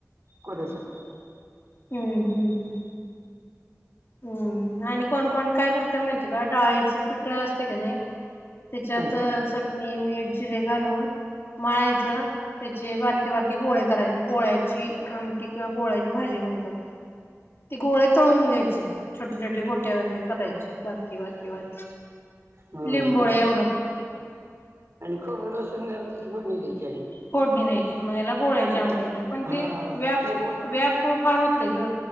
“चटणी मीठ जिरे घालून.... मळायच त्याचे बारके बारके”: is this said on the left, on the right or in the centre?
Left